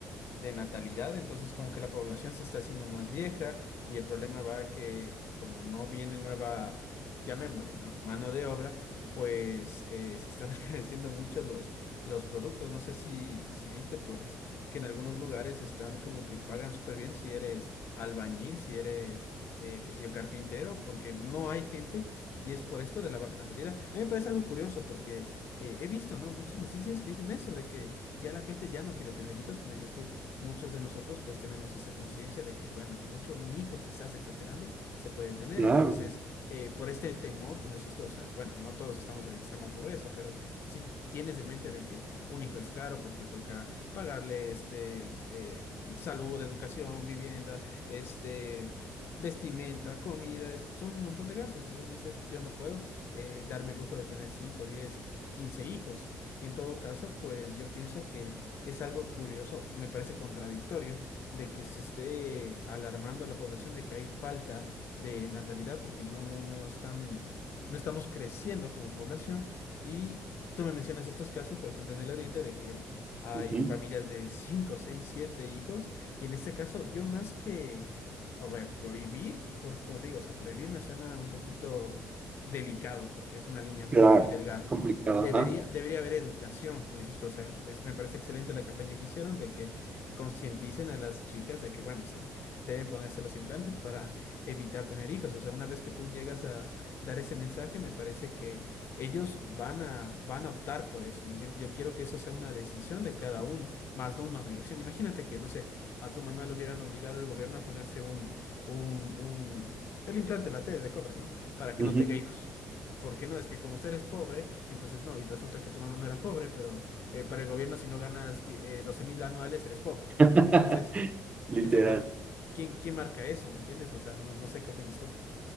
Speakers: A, on the left; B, on the right.
A: de natalidad, entonces como que la población se está haciendo más vieja y el problema va que como no viene nueva, llamémosle, ¿no? Mano de obra, pues eh, se están <laughs> encareciendo mucho los, los productos. No sé si, si viste, pues, que en algunos lugares están como que pagan súper bien si eres albañil, si eres, eh, qué sé yo, carpintero, porque no hay gente. Y es por esto de la baja natalidad. A mí me parece algo curioso porque eh, he visto, ¿no? Muchas noticias que dicen eso, de que ya la gente ya no quiere tener hijos, como dices tú. Muchos de nosotros pues tenemos esta conciencia de que, bueno, a lo mucho un hijo, quizás exagerando, se puede tener.
B: Claro,
A: Entonces, eh, por este temor, como dices tú, o sea, bueno, no todos estamos en extrema pobreza, pero si tienes en mente de que un hijo es caro porque toca pagarle este, eh, salud, educación, vivienda, este... vestimenta, comida, es- son un montón de gastos. Entonces dices, yo no puedo eh, darme el lujo de tener 5 10 15 hijos. En todo caso, pues yo pienso que es algo curioso, me parece contradictorio, de que se esté alarmando a la población de que hay falta de natalidad porque no, no, no están, no estamos creciendo como población. Y tú me mencionas estos casos, por ejemplo, en el Oriente, de que hay
B: ujú,
A: familias de <laughs> 5 6 7 hijos. Y en este caso, yo más que, a ver, prohibir, porque como te digo, o sea, prohibir me suena un poquito delicado porque es una línea muy,
B: claro,
A: muy delgada.
B: complicado,
A: Debería,
B: ajá.
A: debería haber educación, como dices tú, o sea, es- me parece excelente la campaña que hicieron de que concienticen a las chicas de que, bueno, o sea, deben ponerse los implantes para evitar tener hijos, o sea, una vez que tú llegas a dar ese mensaje, me parece que ellos van a, van a optar por eso, ¿me entiendes? Yo quiero que eso sea una decisión de cada uno, más no una obligación. Imagínate que, no sé, a tu mamá le hubieran obligado el gobierno a ponerse un, un, un, el implante, la T de cobre, ¿no? Para que
B: ujú,
A: no tenga hijos. Porque no, es que como usted es pobre, entonces no, y resulta que tu mamá no era pobre, pero eh, para el gobierno si no ganas di- eh, 12 mil anuales eres pobre.
B: <laughs>
A: Entonces,
B: Literal.
A: en ese caso, ¿quién, quién marca eso? ¿Me entiendes? O sea, no, no sé qué opinas tú.